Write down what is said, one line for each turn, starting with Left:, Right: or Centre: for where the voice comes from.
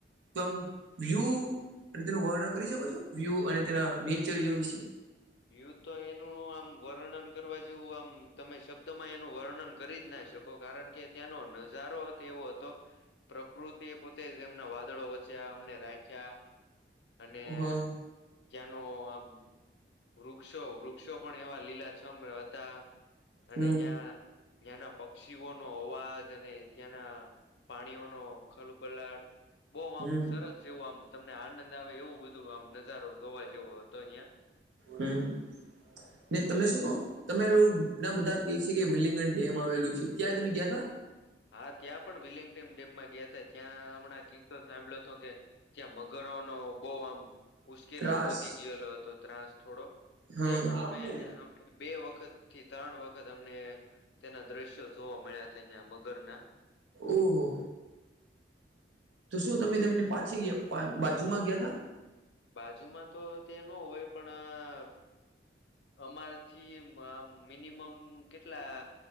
Right: તો આમ વ્યુહ અને તેનું વર્ણન કરી શકો છો? વ્યુહ અને તેના નેચરીય વિશે?
Left: વ્યુહ તો એનું આમ વર્ણન કરવા જેવું આમ તમે શબ્દ માં એનું વર્ણન કરી જ ના શકો, કારણ કે ત્યાંનો નજારો હતો એવો હતો પ્રકૃતિએ પોતે તેમના વાદળો વચ્ચે આ અમને રાખ્યા. અને
Right: હા
Left: ત્યાંનો આમ વૃક્ષો-વૃક્ષો પણ એવા લીલાછમ હતા. અને
Right: હમ
Left: ન્યાં ન્યાંના પક્ષીઓનો અવાજ, અને ત્યાંના પાણીઓ નો ખલબલાટ, બહું આમ
Right: હમ
Left: સરસ જેવું આમ તમને આનંદ આવે એવું બધું આમ નજારો જોવા જેવો હતો અહિયાં.
Right: હમ્મ. ને તમને શું કહું તમે લો ના બધા કેય સે કે વિલિંગન ડેમ આવેલું છે, ત્યાં તમે ગયા તા?
Left: હા ત્યાં પણ વિલિંગ્ટમ ડેમમાં ગયા તા જ. ત્યાં હમણાં કિસ્સો સાંભળ્યો તો કે ત્યાં મગરો નો બહું આમ ઉશ્કેરાટ
Right: ત્રાસ
Left: વધી ગયેલો હતો ત્રાસ થોડો.
Right: હમ
Left: તે પણ મે અમને બે વખત થી તણ વખત અમને તેના દ્રશ્યો જોવા મળ્યા તા યા મગરના.
Right: ઓહો! તો શું તમે તેમની પાછી યા બાજુમાં ગયા તા?
Left: બાજુમાં તો તે નો હોય, પણ આ અમારથી મ મિનિમમ કેટલા